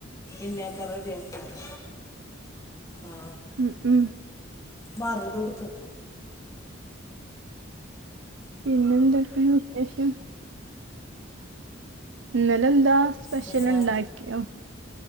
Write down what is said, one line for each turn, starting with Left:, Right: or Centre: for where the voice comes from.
Left: പിന്നെ ഒക്കെ റെഡിയാക്കാലോ ആ
Right: ഉം ഉം
Left: മറുത്ട് ക്ക്ട്ടോ
Right: പിന്നെ എന്തക്കാണ് വിശേഷം ഇന്നലെന്താ സ്പെഷ്യൽ
Left: പിന്നെ
Right: ഉണ്ടാക്കിയോ